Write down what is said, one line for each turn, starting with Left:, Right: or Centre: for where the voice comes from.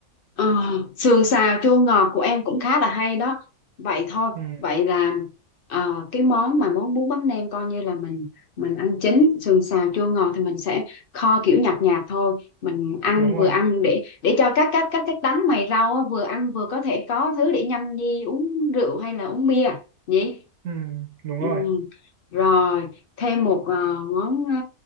Left: Ờ, sườn xào chua ngọt của em cũng khá là hay đó. Vậy thôi,
Right: ừ.
Left: vậy là ờ, cái món mà món bún bánh nem coi như là mình mình ăn chính, sườn xào chua ngọt thì mình sẽ kho kiểu nhạt nhạt thôi, mình ăn
Right: đúng rồi
Left: vừa ăn để để cho các các các các đắng mày rau á, vừa ăn vừa có thể có thứ để nhâm nhi uống rượu hay là uống bia nhỉ?
Right: ừ. đúng
Left: Ừ.
Right: rồi
Left: Rồi, thêm một ờ, món ờ,